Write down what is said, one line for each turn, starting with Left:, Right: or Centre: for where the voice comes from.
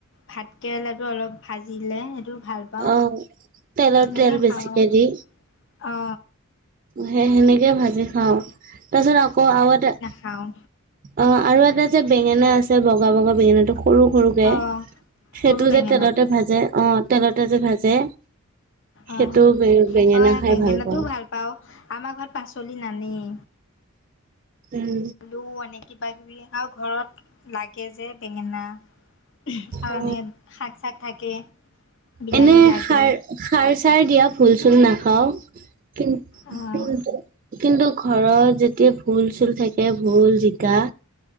Left: ভাতকেৰেলাটো অলপ ভাজিলে সেইটো ভাল পাওঁ
Right: অ'। তেলত
Left: তেনেকে
Right: তেল বেছিকে
Left: খাওঁ আৰু
Right: দি
Left: অ।
Right: সেই সেনেকে ভাজি খাও তাৰ পিছত আকৌ আৰু এটা
Left: খাওঁ।
Right: অ' আৰু এটা যে বেঙেনা আছে বগা, বগা বেঙেনাটো সৰু, সৰুকে,
Left: অ',
Right: সেইটো
Left: সৰু বেঙেনাটো
Right: যে তেলতে ভাজে অ। তেলতে যে ভাজে,
Left: অ',
Right: সেইটো বে বেঙেনা
Left: অ',
Right: খাই
Left: বেঙেনাটোও
Right: ভাল পাওঁ।
Left: পাওঁ আমাৰ ঘৰত পাচলি নানেই।
Right: উম,
Left: আলু আনে কিবাকিবি আৰু ঘৰত লাগে যে বেঙেনা। <unintelligible>
Right: অ
Left: শাক-চাক থাকে। বিলাহী
Right: এনে
Left: লাগে
Right: সাৰ, সাৰ-চাৰ দিয়া ভুল-চুল নাখাও। <unintelligible>
Left: অ',
Right: কিন্তু ঘৰত যেতিয়া ভুল-চুল থাকে ভুল, জিকা